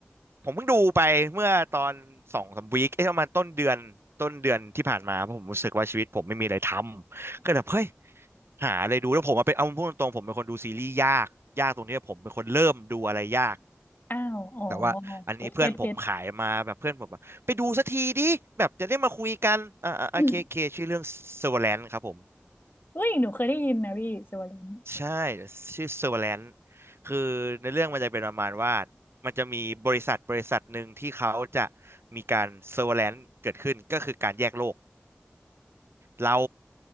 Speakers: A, on the right (about 70°); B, on the left (about 50°).
A: ผมเพิ่งดูไปเมื่อตอนสองสามวีคเอ๊ะประมาณต้นเดือนต้นเดือนที่ผ่านมาเพราะผมรู้สึกว่าชีวิตผมไม่มีอะไรทำก็แบบเฮ้ย หาอะไรดูแล้วผมอะเป็นเอาพูดตรงๆผมเป็นคนดูซีรีส์ยากยากตรงนี้ผมเป็นคนเริ่มดูอะไรยาก
B: อ้าวอ๋อ
A: แต่ว่าอันนี้เพื่อนผมขายมาแบบเพื่อนผมแบบไปดูสักทีดิแบบจะได้มาคุยกันอ่าอ่าโอเคโอเคชื่อเรื่อง
B: เก็ต <laughs> เก็ตเก็ตอืม
A: Severance ครับผม
B: เฮ้ยหนูเคยได้ยินนะพี่เซเวอร์ลิน
A: ใช่ชื่อ Severance คือในเรื่องมันจะเป็นประมาณว่ามันจะมีบริษัทบริษัทหนึ่งที่เขาจะมีการ Severance เกิดขึ้นก็คือการแยกโลก เรา